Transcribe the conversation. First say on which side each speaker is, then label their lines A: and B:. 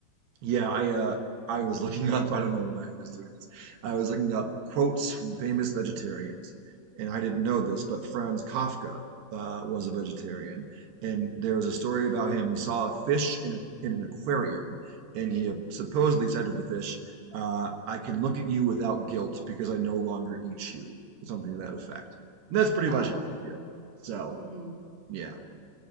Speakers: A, on the right; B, on the right.
A: yeah, I uh I was looking <laughs> up, I don't know why I was doing this. I was looking up quotes from famous vegetarians, and I didn't know this, but Franz Kafka uh, was a vegetarian, and there was a story about him. He saw a fish in a in an aquarium, and he supposedly said to the fish, uh, "I can look at you without guilt because I no longer eat you," or something to that effect. And that's pretty
B: Oh,
A: much how I
B: mm,
A: feel. So,
B: mhm.
A: yeah.